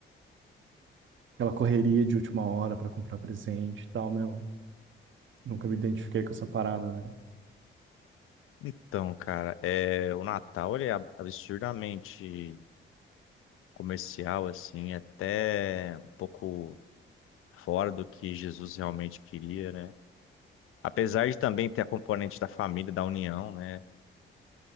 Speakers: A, on the right (about 65°); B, on the left (about 80°).
A: Aquela correria de última hora pra comprar presente e tal, meu. Nunca me identifiquei com essa parada, né?
B: Então, cara, é, o Natal ele é ab- absurdamente comercial, assim, até um pouco fora do que Jesus realmente queria, né? Apesar de também ter a componente da família, da união, né?